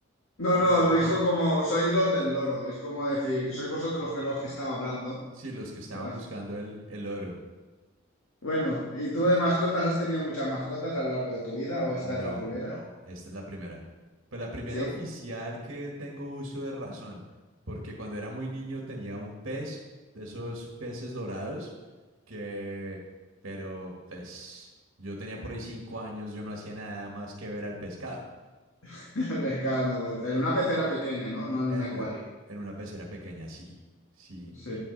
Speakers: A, on the left; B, on the right.
A: No,
B: Y
A: no,
B: la era-
A: dijo
B: <laughs>
A: como, sois los del loro, es como decir, sois vosotros los que, los que estaba hablando.
B: Sí, los que estaban
A: <laughs>
B: buscando el, el oro.
A: Bueno, ¿y tú de mascotas has tenido muchas mascotas a lo largo de tu vida o esta
B: No,
A: es la primera?
B: esta es la primera. Pues la primera
A: Sí,
B: oficial que tengo uso de razón, porque cuando era muy niño tenía un pez, de esos peces dorados, que, pero pues yo tenía por ahí cinco años, yo no hacía nada más que ver al pescado.
A: <laughs> me cago dando vueltas. En una pecera pequeña, ¿no? No en
B: En
A: un acuario.
B: una, en una pecera pequeña, sí, sí.
A: Sí,